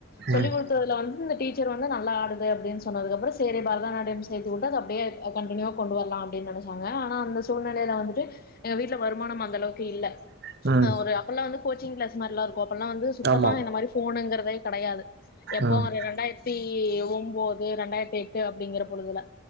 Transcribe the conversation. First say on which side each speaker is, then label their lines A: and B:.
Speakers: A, on the right (about 50°); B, on the left (about 45°).
A: ம்
B: சொல்லிக்
A: ம்
B: குடுத்ததுல வந் இந்த டீச்சர் வந்து நல்லா ஆடுது அப்டின் சொன்னதுக்கப்புறோ சேரி பரதநாட்டியம் சேத்து வுட்டா அது அப்டியே அ கண்டினியூவா கொண்டு வர்லா அப்டின் நெனச்சாங்க ஆனா அந்த சூழ்நெலையில வந்துட்டு எங்க வீட்ல வருமானம் அந்தளவுக்கு இல்ல
A: ம்
B: அ ஒரு அப்பல்லா வந்து கோச்சிங் கிளாஸ் மாரிலா இருக் போ அப்பல்லா வந்து சுத்தமா
A: ஆமா
B: இந்த மாரி ஃபோனுங்குறத் தே கெடையாது எப்போ
A: ம்
B: ஒரு ரெண்டாயிரத்தி ஒன்போத் து ரெண்டாயிரத்தி எட்டு அப்டிங்கற பொழுதுல